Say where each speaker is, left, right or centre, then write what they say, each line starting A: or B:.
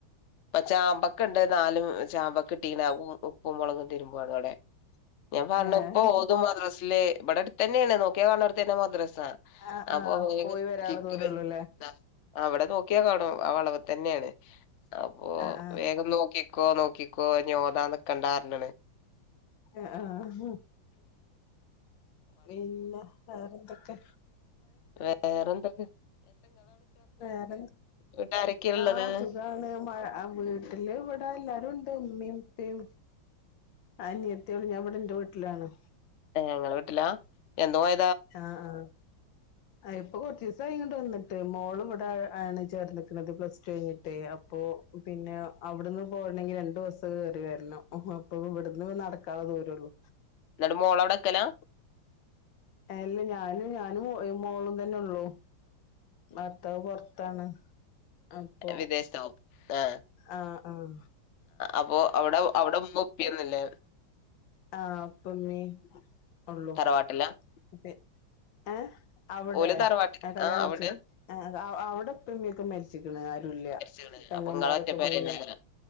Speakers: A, on the left (about 55°); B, on the left (about 70°).
A: ഇപ്പൊ ചാമ്പൊക്ക ഉണ്ട് നാലും ചാമ്പക്ക ഇട്ടീനും ഉപ്പും മുളകും തിരുമ്പാണ് അവിടെ ഞാൻ പറഞ്ഞ
B: ഏഹ്
A: ഇപ്പ ഓതു മദ്രാസില് ഇവിടെടുത്തന്നേണ് നോക്കിയാ കാണ് ണോട്ത്തന്നെ മദ്ര സ.
B: ആഹ്
A: അപ്പൊ
B: ആഹ്
A: വേഗ
B: പോയി വരാനുള്ള
A: <unintelligible>
B: ദൂരള്ളൂല്ലേ
A: ആഹ് വടെ നോക്കിയാ കാണും ആ വളവ് തന്നേണ്. അപ്പൊ
B: ആഹ്
A: വേഗം നോക്കി ക്കോ നോക്കിക്കോ ഞ് ഓതാന്ന് നികണ്ടാർഞ്ണ്.
B: ആഹ് ആഹ് പിന്ന വേറെന്തൊക്കെ?
A: വേറെന്തൊക്ക
B: വേറെ ന്ത്
A: വീട്ടിൽ ആരൊക്കെയാ ഇള്ളത്
B: ആഹ് സുഖാണ് മഴ അ വീട്ടില് വ് ട എല്ലാരൂണ്ട് ഇമ്മിം ഇപ്പിം അനിയത്തിയേളും ഞാൻ ഇവടെ ഇന്റ വീട്ടിലാണ്.
A: ഏഹ് ഇങ്ങളെ ല്ലാ എന്നോ ആയ
B: ആഹ് ആഹ് ആ എയ് ഇപ്പൊ കൊറച്ചീസായി ഇങ്ങട്ട് വന്നിട്ട്. മോളും ഇവിടെ ഏണ് ചേർന്ന്ക്ക്ണത് പ്ലസ് ടു കഴിഞ്ഞിട്ടേ അപ്പൊ പിന്നെ അവിടുന്ന് പോവെണെങ്കി രണ്ടോസം കേറി വരണം ഇപ്പൊ ഇവിടുന്ന് നടക്കാനുള്ള ദൂ ഉള്ളു
A: എനട്ടു മോള അവിടെക്കലാ
B: ഇല്ല ഞാനും ഞാനും മോളും തന്നെ ഉള്ളു ഭർത്താവ് പൊർ പൊറത്താണ് അപ്പൊ
A: വിദേശത്തോ ആഹ്
B: ആഹ് ആഹ്
A: അപ്പൊ അവിടെ അവിടെ മുമ്പ് ഒപ്പിരുന്നില്ലേ
B: ആഹ് അപ്പൊ നീ ഉള്ളോ
A: തറവാട്ടിലാ
B: പി ഏ അവിടെ
A: ഓല് തറവാട്ടിൽ
B: കല്യാണം
A: ആ
B: കഴിച്ചു
A: അവിടെ
B: അഹ് അവിടെ ഉപ്പ ഇമ്മിംയൊക്കെ മരിച്ചരിക്ക്ണ് ഇല്ല
A: മരിച്ച്ണ്
B: പെങ്ങമാരൊക്കെ
A: അപ്പൊ ഇങ്ങള് ഒറ്റപ്പെരന്നെക്കാരം
B: പിന്നെ